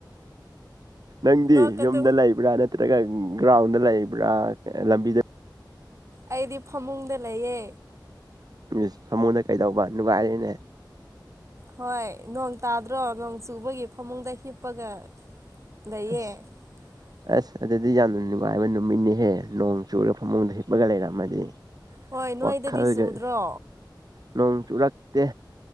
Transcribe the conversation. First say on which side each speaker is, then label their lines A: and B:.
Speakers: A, on the right; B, on the right.
A: ꯅꯪꯗꯤ
B: ꯅꯣꯛꯀꯅꯨ
A: ꯌꯨꯝꯗ ꯂꯩꯕ꯭ꯔꯥ ꯅꯠꯇ꯭ꯔꯒ ꯒ꯭ꯔꯥꯎꯟꯗ ꯂꯩꯕ꯭ꯔꯥ ꯂꯝꯕꯤꯗ
B: ꯑꯩꯗꯤ ꯐꯃꯨꯡꯗ ꯂꯩꯌꯦ
A: ꯏꯁ ꯐꯃꯨꯡꯗ ꯀꯩꯗꯧꯕ ꯅꯨꯡꯉꯥꯏꯔ‌ꯦꯅꯦ
B: ꯍꯣꯏ ꯅꯣꯡ ꯇꯥꯗ꯭ꯔꯣ ꯅꯣꯡ ꯆꯨꯕꯒꯤ ꯐꯃꯨꯡꯗ ꯍꯤꯞꯄꯒ ꯂꯩꯌꯦ
A: ꯑꯁ
B: <inaudible>
A: ꯑꯁ ꯑꯗꯨꯗꯤ ꯌꯥꯝꯅ ꯅꯨꯡꯉꯥꯏꯕ ꯅꯨꯃꯤꯠꯅꯤꯍꯦ ꯅꯣꯡ ꯆꯨꯔꯒ ꯐꯃꯨꯡꯗ ꯍꯤꯞꯄꯒ ꯂꯩꯔꯝꯃꯗꯤ
B: ꯍꯣꯏ ꯅꯣꯏꯗꯗꯤ
A: ꯋꯥꯈꯜꯒ
B: ꯆꯨꯗ꯭ꯔꯣ
A: ꯅꯣꯡ ꯆꯨꯔꯛꯇꯦ